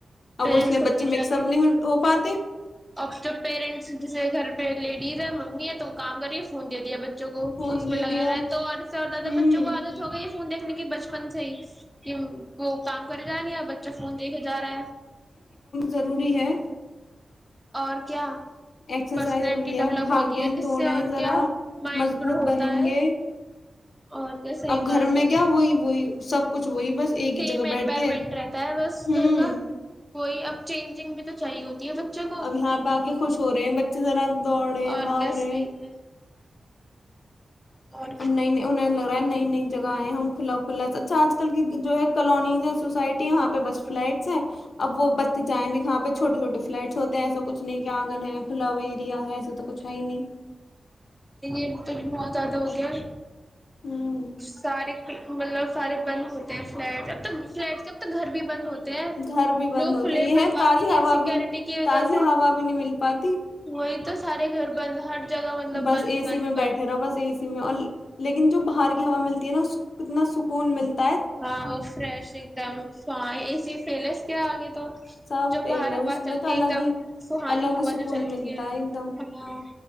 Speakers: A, in the centre; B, on the left.
A: پیرنٹس
B: اب اس میں
A: خود
B: بچے
A: نہیں
B: مکس
A: چاہتے
B: اپ نہیں ہو پاتے
A: اب جو پیرنٹس جیسے گھر لیڈیز ہیں منگنی ہے تو کام کر رہی ہے فون بچوں کو
B: فون
A: اس میں
B: دے
A: لگا
B: دیا
A: رہا ہے تو عرصے اور زیادہ
B: ہوں
A: بچوں کو عادت ہو گئی ہے دیکھنے کے بچپن سے ہی وہ کام کرے گا نہیں بچے فون دے کے جا رہا ہے
B: ضروری ہے
A: اور کیا
B: ایکسرسائز
A: پرسنالٹی
B: ضروری
A: ڈیولپ ہوتی اس سے اور
B: ہے ذرا
A: کیا مائنڈ
B: مضبوط
A: گرو ہوتا
B: بنیں
A: ہے
B: گے
A: اور کیا صحیح
B: اب گھر
A: بات
B: میں
A: ہے
B: گیا وہی وہی سب کچھ وہی بس ایک
A: سیم
B: ہی جگہ بیٹھ
A: انوائرمنٹ
B: کے
A: رہتا ہے بس
B: ہوں
A: گھر کا کوئی اب چینج تو چاہیے ہے بچوں کو
B: اب یہاں اب اگے خوش ہو رہے ہیں جب دوڑے
A: اور
B: بھاگ
A: کیا
B: رہے
A: صحیح
B: ہیں
A: ہے
B: <inaudible>
A: اور کیا
B: نئی نئی جگہ ائے ہم کھلا اچھا آج کل کی جو ہے کالونیز ہے سوسائٹی وہاں پہ بس فلٹس ہیں اب وہ بچے جائیں بھی کہاں پہ چھوٹے چھوٹے فلٹس ہوتے ہیں ایسا کچھ نہیں کہ آنگن ہے کھولا ایریا ہے ایسا تو کچھ ہے ہی نہیں
A: یہ تو بہت زیادہ ہو گیا
B: ہوں
A: سارے مطلب سارے بند ہوتے ہیں فلیٹ اب تو فلیٹ کے اب تو گھر بھی بند ہوتے ہیں
B: گھر بھی بند
A: لوگ
B: ہوتے
A: کھلے
B: یہ
A: بنواتے
B: ہے تازی
A: نہیں
B: ہوا
A: ہیں سیکورٹی
B: بھی
A: کی وجہ
B: تازی
A: سے
B: ہوا بھی نہیں مل پاتی
A: وہی تو سارے گھر بند ہر جگہ مطلب
B: بس
A: بند
B: اے
A: بند
B: سی میں بیٹھے
A: بند
B: رہا بس اے سی میں اور لیکن جو ہار کی ہوا ملتی ہے نا اس کتنا سکون ملتی
A: ہاں وہ فریش ایک دم ایسی فیلس کیا آگے تو
B: سب
A: جو
B: پیل
A: باہر
B: ہے
A: ہوا
B: اس میں
A: چلتی
B: تو الگ
A: ہے ایک دم
B: ہی
A: سہانی
B: الگ
A: ہوا
B: ہی سکون
A: جو چلتی
B: ملتا
A: ہے
B: ایک دم
A: ہ